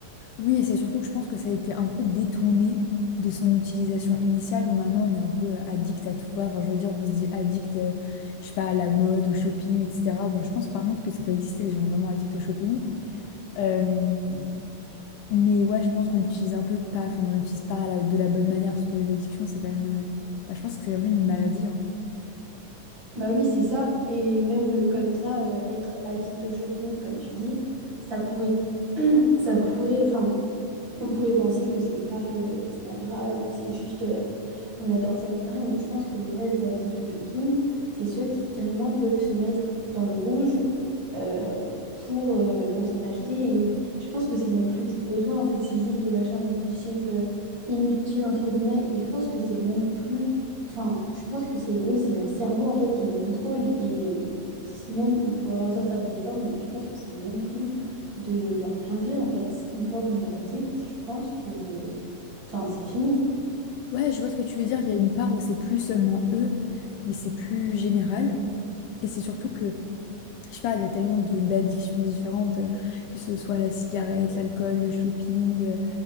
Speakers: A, on the left; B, on the right.
A: Oui, et c'est surtout que je pense que ça a été un peu détourné de son utilisation initiale où maintenant on est un peu euh, addict à tout va. Enfin, je veux dire, on se dit addict, euh, je sais pas, à la mode, au shopping, etc. Bon, je pense par contre que ça doit exister des gens vraiment addicts au shopping. Euh, mais ouais, je pense qu'on l'utilise un peu pas, enfin, on l'utilise pas à la- de la bonne manière parce que l'addiction, c'est quand même. euh, bah, je pense que c'est quand même une maladie, hein.
B: Bah oui, c'est ça. Et même euh, comme ça, euh, être addict au shopping, comme tu dis, ça pourrait, <clears throat> ça pourrait, enfin, on pourrait penser que c'est pas, euh, c'est pas grave, c'est juste euh, on adore ça, etc. Mais je pense que les vrais addicts au shopping, c'est ceux qui carrément peuvent se mettre dans le rouge euh, pour, euh, pour s'en acheter. Et je pense que c'est même plus du besoin, en fait, c'est juste de l'achat compulsif euh, inutile, entre guillemets. Et je pense que c'est même plus. Enfin, je pense que c'est oui, c'est leur cerveau en fait qui les contrôle et si même on pourrait leur dire de faire des efforts, mais je pense que c'est même plus de leur plein gré, en fait. Une fois qu'on est addict, je pense que... Enfin, c'est fini.
A: Ouais, je vois ce que tu veux dire. Il y a une part où c'est plus seulement eux, mais c'est plus général. Et c'est surtout que Je sais pas, il y a tellement de d'addictions différentes, euh, que ce soit la cigarette, l'alcool, le shopping, euh,